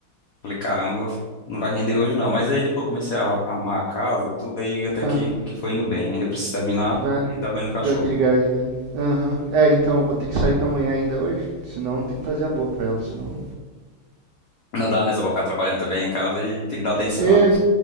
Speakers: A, on the left; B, on the right.
A: Falei, caramba, não vai render hoje não. Mas aí depois comecei a arrumar a casa, tudo aí até
B: ah,
A: que, que foi indo bem. Ainda preciso terminar
B: vai.
A: e dar banho no cachorro.
B: Deu aquele gás, né? Aham. É, então eu vou ter que sair com a mulher ainda hoje. Senão tem que fazer a boa pra ela, senão.
A: Não dá, né? Só pra ficar trabalhando também em casa e tem que dar atenção.
B: É,
A: né?